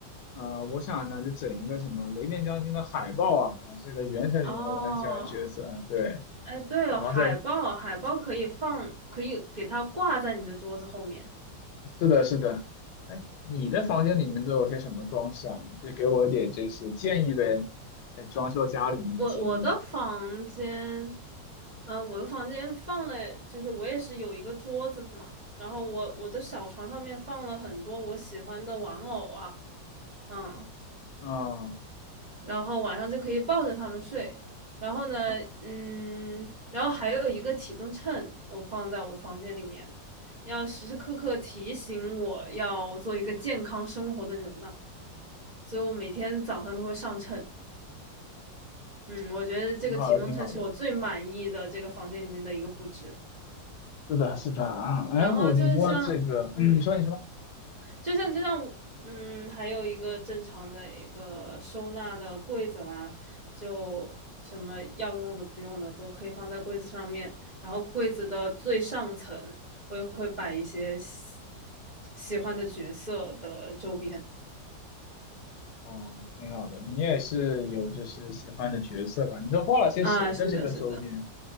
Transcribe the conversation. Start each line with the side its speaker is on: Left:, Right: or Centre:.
Left: 啊、我想呢，就整一个什么雷电将军的海报啊，这个原神里面我很喜欢的角色啊，
Right: 哦，
Left: 对，
Right: 哎，对哦，
Left: 然后再
Right: 海报，海报可以放，可以给它挂在你的桌子后面。
Left: 是的，是的，哎，你的房间里面都有些什么装饰啊？就给我点就是建议呗，在装修家里面的建议。
Right: 我我我的房间，嗯、我的房间放了，就是我也是有一个桌子嘛，然后我我的小床上面放了很多我喜欢的玩偶啊，嗯，
Left: 啊
Right: 然后晚上就可以抱着他们睡，然后呢，
Left: 啊，
Right: 嗯，然后还有一个体重秤，我放在我房间里面，要时时刻刻提醒我要做一个健康生活的人呢，所以我每天早上都会上秤。嗯，我觉得这个体重秤是我最满意的这个房间里面的一个布置。
Left: 挺好的，挺好的。是的，是的啊，哎，
Right: 然后就像，
Left: 我你说这个，
Right: 嗯，
Left: 嗯，你说你说。
Right: 就像就像，嗯，还有一个正常的一个收纳的柜子啦，就什么要用的、不用的都可以放在柜子上面。然后柜子的最上层，我也会摆一些喜喜欢的角色的周边。
Left: 哦，挺好的。你也是有就是喜欢的角色吧？你都画了些谁的这个周边？
Right: 啊，是的，是的。